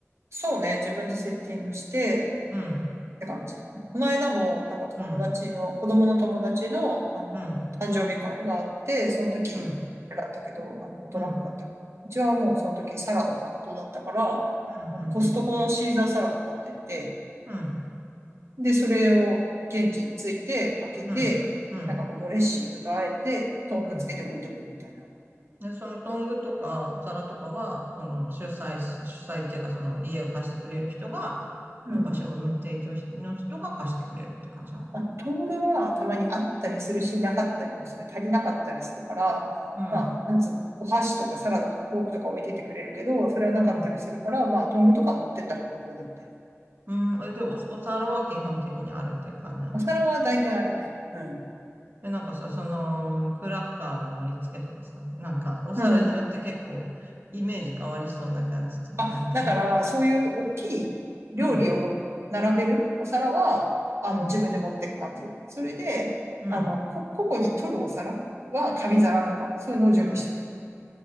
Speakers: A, on the right (about 60°); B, on the right (about 45°).
A: そうね、自分でセッティングして、っ
B: うん、
A: て感じ。この間も、なんか友達の、
B: うん、
A: 子供の友達の、あの、
B: うん、
A: 誕生日会があって、その時、
B: うん、うん、
A: あれだったけど、あの、ポトラックだったけど、
B: うん、うん、
A: うちはもうその時サラダ担当だったから、
B: うん、
A: あの、コストコのシーザーサラダ買ってって、
B: うん、
A: で、それを現地に着いて、開けて、
B: うん、うん。
A: なんかこうドレッシングとあえて、トングつけて置いとくみたいな。
B: うんで、そのトングとかお皿とかは、その主催す、主催っていうかその家を貸してくれる人が、
A: うん。
B: まあ、場所の提供しの人が貸してくれるって感じなの。
A: まあ、トングはたまにあったりするし、なかったりもする。足りなかったりするから、
B: うん、
A: まあ、なんつうの、お箸とかサラダとかフォークとか置いててくれるけど、それはなかったりするから、
B: うん、
A: まあ、トングとか持ってった方が無難だよ。
B: うん。えで、お、お皿は基本的にあるって感じなの
A: お皿は大体あるね。うん。
B: で、なんかさ、その、クラッカーの盛り付けとかさ、なんか、お皿によって結構、
A: うん。
B: イメージ変わりそうな感じじゃん、
A: あ、
B: なんか。
A: だから、そういう大きい料理をも並べるお皿は、
B: うん、
A: あの、
B: うん、
A: 自分で持ってく感じ。それで、
B: うん、
A: あの、こ、個々に取るお皿は紙皿とか、そういうのを準備しておいて。
B: うん。